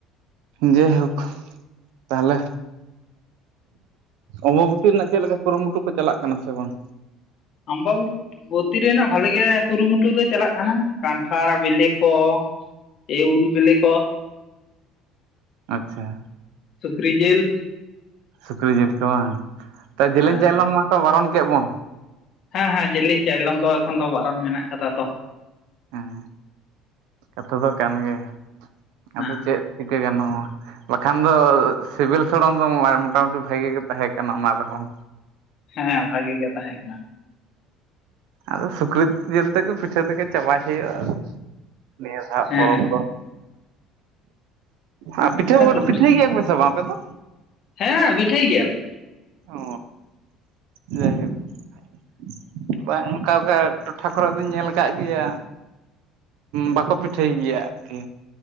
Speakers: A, on the right; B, on the left.
A: ᱡᱟᱭᱦᱳᱠ ᱛᱟᱦᱚᱞᱮ ᱚᱵᱚᱵᱚᱛᱤ ᱨᱮᱱᱟᱜ ᱪᱮᱫ ᱞᱮᱠᱟ ᱠᱩᱨᱩᱢᱩᱴᱩ ᱠᱚ ᱪᱟᱞᱟᱜ ᱠᱟᱱᱟ ᱥᱮ ᱵᱟᱝ
B: ᱟᱢᱵᱟᱵᱚᱛᱤ ᱵᱚᱛᱤ ᱨᱮᱱᱟᱜ ᱵᱷᱟᱞᱤ ᱜᱮ ᱠᱩᱨᱩᱢᱩᱴᱩ ᱫᱚ ᱪᱟᱞᱟᱜ ᱠᱟᱱᱟ ᱠᱟᱱᱴᱷᱟᱲ ᱵᱤᱞᱤ ᱠᱚ ᱮ ᱩᱞ ᱵᱤᱞᱤ ᱠᱚ
A: ᱟᱪᱪᱷᱟ
B: ᱥᱩᱠᱨᱤ ᱡᱤᱞ
A: ᱥᱩᱠᱨᱤ ᱡᱤᱞ ᱠᱚ ᱵᱟᱝ ᱛᱚ ᱡᱮᱞᱮᱧ
B: ᱦᱮᱸ
A: ᱪᱟᱭᱞᱚᱢ ᱢᱟᱠᱚ ᱵᱟᱨᱚᱱ ᱠᱮᱫ ᱵᱚᱱ
B: ᱦᱮᱸ ᱦᱮᱸ ᱡᱮᱞᱤᱧ ᱪᱟᱭᱞᱚᱢ ᱫᱚ ᱮᱠᱷᱚᱱ ᱫᱚ ᱵᱟᱨᱚᱱ ᱢᱮᱱᱟᱜ ᱟᱠᱟᱫᱟ ᱛᱚ
A: ᱦᱮᱸ ᱠᱟᱛᱷᱟ ᱫᱚ ᱠᱟᱱ ᱜᱮᱭᱟ ᱟᱫᱚ
B: ᱦᱮᱸ
A: ᱪᱮᱫ ᱪᱤᱠᱟᱹ ᱜᱟᱱᱚᱜᱼᱟ ᱵᱟᱠᱷᱟᱱ ᱫᱚ ᱥᱤᱵᱤᱞ ᱥᱚᱲᱚᱢ ᱫᱚ ᱢᱚᱴᱟ ᱢᱩᱴᱤ ᱵᱷᱟᱜᱤ ᱜᱮ ᱛᱟᱦᱮᱸ ᱠᱟᱱᱟ ᱚᱱᱟ ᱨᱮᱦᱚᱸ
B: ᱦᱮᱸ ᱵᱷᱟᱜᱤ ᱜᱮ ᱛᱟᱦᱮᱸ ᱠᱟᱱᱟ
A: ᱟᱫᱚ ᱥᱩᱠᱨᱤ ᱡᱤᱞ ᱛᱮᱜᱮ ᱯᱤᱴᱷᱟᱹ ᱛᱮᱜᱮ ᱪᱟᱵᱟᱭ ᱦᱩᱭᱩᱜᱼᱟ ᱱᱮᱥᱟᱜ
B: ᱦᱮᱸ
A: ᱯᱚᱨᱚᱵᱽ
B: ᱦᱮᱸ
A: ᱫᱚ ᱟᱨ ᱯᱤᱴᱷᱟᱹ ᱳᱫ
B: ᱥᱩᱠᱨᱤ
A: ᱯᱤᱴᱷᱟᱹ ᱜᱮᱭᱟ ᱯᱮᱥᱟ ᱵᱟᱝ ᱟᱯᱮ ᱫᱚ᱾
B: ᱦᱮᱸ ᱯᱤᱴᱷᱟᱹᱭ ᱜᱮᱭᱟᱞᱮ᱾
A: ᱚ ᱡᱟᱭ ᱦᱳᱠ ᱵᱟᱝ ᱚᱝᱠᱟ ᱠᱟ ᱴᱚᱴᱷᱟ ᱠᱚᱨᱮ ᱫᱚᱧ ᱧᱮᱞ ᱠᱟᱜ ᱜᱮᱭᱟ᱾ ᱵᱟᱠᱚ ᱯᱤᱴᱷᱟᱹᱭ ᱜᱮᱭᱟ ᱟᱨᱠᱤ᱾